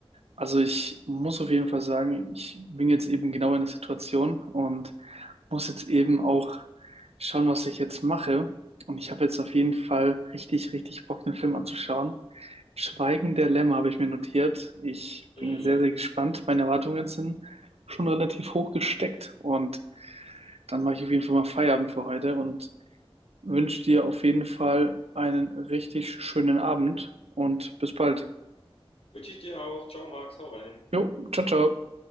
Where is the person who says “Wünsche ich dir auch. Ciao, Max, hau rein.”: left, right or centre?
Left